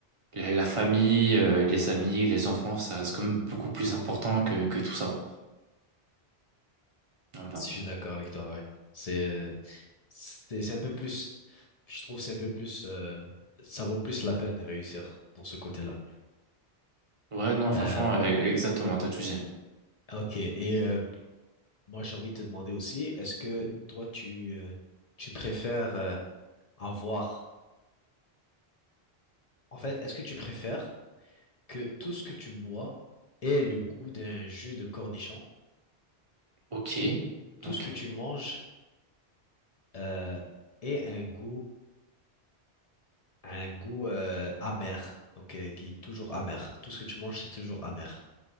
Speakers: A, on the right (about 35°); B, on the left (about 45°).
A: la, la famille, euh, les amis, les enfants, ça reste quand même beaucoup plus important que, que tout ça. Voilà.
B: Si Je suis d'accord avec toi, ouais. C'est, euh, c'est c'est un peu plus. Je trouve c'est un peu plus. euh, ça vaut plus la peine de réussir dans ce côté-là.
A: Ouais, non, franchement,
B: Euh,
A: euh, exactement, t'as tout dit.
B: ok. Et euh, moi, j'ai envie de te demander aussi, est-ce que
A: Mhm.
B: toi, tu, euh, tu préfères euh, avoir. En fait, est-ce que tu préfères que tout ce que tu bois ait le goût d'un jus de cornichon
A: Ok,
B: ou tout
A: ok,
B: ce que tu manges euh, ait un goût, un goût euh, amer, donc euh, qui est toujours amer. Tout ce que tu manges, c'est toujours amer.